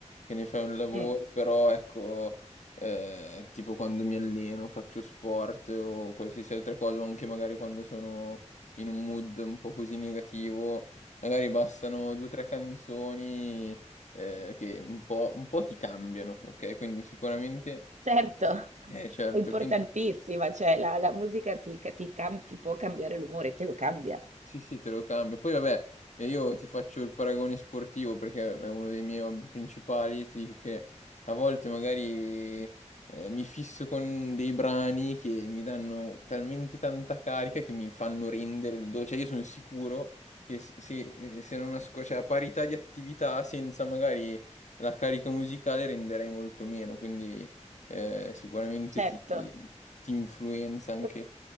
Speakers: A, on the left; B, on the right.
A: che ne fai un lavoro,
B: Mm.
A: però ecco, eh, tipo quando mi alleno, faccio sport o qualsiasi altra cosa, o anche magari quando sono in un mood un po' così negativo, magari bastano due o tre canzoni, eh, che un po', un po' ti cambiano, ok? Quindi sicuramente...
B: Certo, <laughs>
A: Eh, certo,
B: è importantissima,
A: quindi...
B: cioè la, la musica ti, ca- ti cam- ti può cambiare l'umore, te lo cambia,
A: Sì, sì, te lo cambio. Poi vabbè, eh, io ti faccio il paragone sportivo perché è uno dei miei hobby principali. Ti dico che a volte magari eh, mi fisso con dei brani che mi danno talmente tanta carica che mi fanno rendere il do. Cioè, io sono sicuro che se, se eh, se non asco- cioè, a parità di attività, senza magari la carica musicale, renderei molto meno. Quindi eh, sicuramente
B: certo.
A: ti, ti influenza anche.
B: E